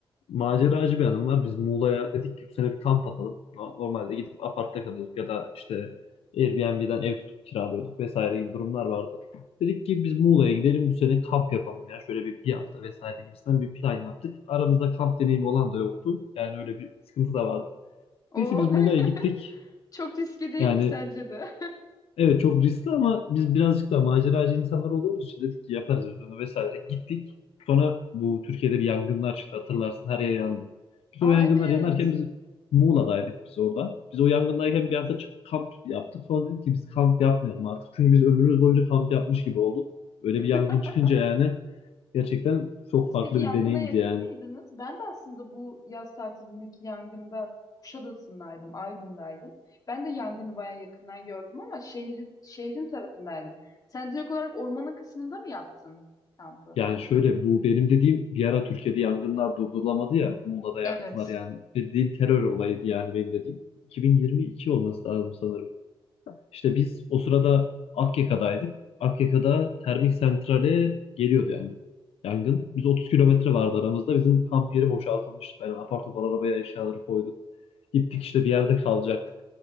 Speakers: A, on the left; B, on the left.
A: maceracı bir hanım var. Biz Muğla'ya dedik ki bu sene bir kamp atalım. No- Normalde gidip apartta kalıyorduk ya da işte Airbnb'den ev tutup kiralıyorduk vesaire gibi durumlar vardı. Dedik ki biz Muğla'ya gidelim bu sene kamp yapalım ya. Şöyle bir, bir hafta vesaire gibisinden bir plan yaptık. Aramızda kamp deneyimi olan da yoktu. Yani öyle bir sıkıntı da vardı.
B: Oo,
A: Neyse biz Muğla'ya gittik.
B: <laughs> çok riskli değil
A: Yani
B: mi sence de?
A: evet çok riskli ama biz birazcık da maceracı insanlar olduğumuz için dedik ki yaparız biz bunu vesaire. Gittik. Sonra bu Türkiye'de bir yangınlar çıktı hatırlarsın her yer yandı. Biz
B: <laughs>
A: o
B: Aa
A: yangınlar
B: evet.
A: yanarken biz Muğla'daydık biz orada. Biz o yangındayken bir hafta çık- kamp yaptık. Sonra dedik ki biz kamp yapmayalım artık. Çünkü biz ömrümüz boyunca kamp yapmış gibi olduk. Öyle
B: <laughs>
A: bir yangın çıkınca yani gerçekten çok
B: Siz
A: farklı
B: peki yangına
A: bir deneyimdi
B: yakın
A: yani.
B: mıydınız? Ben de aslında bu yaz tatilindeki yangında Kuşadası'ndaydım, Aydın'daydım. Ben de yangını bayağı yakından gördüm ama şehrin şehrin tarafındaydım. Sen direkt olarak ormanın kısmında mı yaptın kampı?
A: Yani şöyle bu benim dediğim bir ara Türkiye'de yangınlar durdurulamadı ya Muğla'da yaktılar
B: Evet.
A: yani. Dediğim terör olayıydı yani benim dediğim. 2022 olması lazım sanırım ama İşte biz o sırada Akyaka'daydık. Akyaka'da termik santrale geliyordu yani yangın. Biz 30 kilometre vardı aramızda. Bizim kamp yeri boşaltılmıştı falan. Apar topar arabaya eşyaları koyduk. Gittik işte bir yerde kalacaktık.